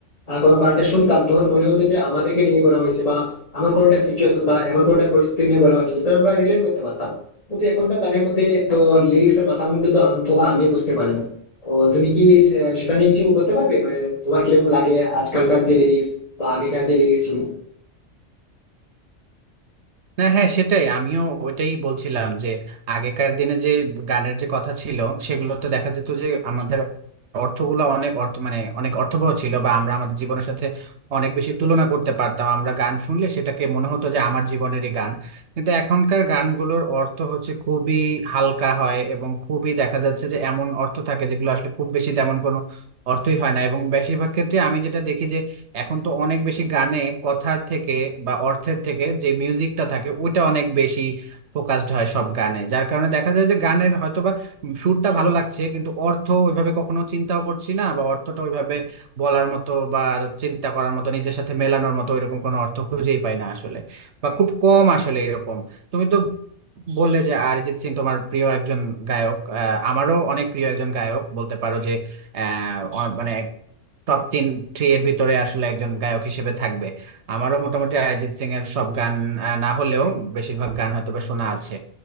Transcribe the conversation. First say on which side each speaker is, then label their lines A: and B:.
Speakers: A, on the left; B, on the right.
A: আহ, কোনো গানটা শুনতাম তখন মনে হতো যে আমাদেরকে নিয়ে বলা হয়েছে বা আমার কোনো একটা সিচুয়েশন বা এমন কোনো একটা পরিস্থিতি নিয়ে বলা হয়েছে যেটা আমরা রিলেট করতে পারতাম কিন্তু এখনকার গানের মধ্যে তো লিরিক্স এর মাথা মুন্ডু তো অন্তত আমি বুঝতে পারি না তো তুমি কি সে- সেটা নিয়ে কিছু বলতে পারবে মানে তোমার কিরকম লাগে আজকালকার যে লিরিক্স বা আগেকার যে লিরিক্স ছিল
B: না হ্যাঁ সেটাই আমিও ওইটাই বলছিলাম যে আগেকার দিনে যে গানের যে কথা ছিল সেগুলো তো দেখা যেত যে আমাদের অর্থগুলো অনেক অর্থ মানে অনেক অর্থবহ ছিল বা আমরা আমাদের জীবনের সাথে অনেক বেশি তুলনা করতে পারতাম আমরা গান শুনলে সেটাকে মনে হতো যে আমার জীবনেরই গান কিন্তু এখনকার গানগুলোর অর্থ হচ্ছে খুবই হালকা হয় এবং খুবই দেখা যাচ্ছে যে এমন অর্থ থাকে যেগুলো আসলে খুব বেশি তেমন কোনো অর্থই হয় না এবং বেশিরভাগ ক্ষেত্রে আমি যেটা দেখি এখন তো অনেক বেশি গানে কথার থেকে বা অর্থের থেকে যে মিউজিকটা থাকে ওইটা অনেক বেশি ফোকাসড হয় সব গানে যার কারণে দেখা যায় যে গানের হয়তোবা সুরটা ভালো লাগছে কিন্তু অর্থ ওইভাবে কখনো চিন্তাও করছি না বা অর্থটা ওইভাবে বলার মতো বা চিন্তা করার মতো নিজের সাথে মেলানোর মতো এরকম কোনো অর্থ খুঁজেই পাই না আসলে বা খুব কম আসলে এরকম তুমি তো বললে যে অরিজিৎ সিং তোমার প্রিয় একজন গায়ক আহ, আমারও অনেক প্রিয় একজন গায়ক বলতে পারো যে আহ, অ- মানে টপ তিন থ্রি এর ভিতরে আসলে একজন গায়ক হিসেবে থাকবে আমারও মোটামুটি অরিজিৎ সিং এর সব গান আহ, না হলেও বেশিরভাগ গান হয়তোবা শোনা আছে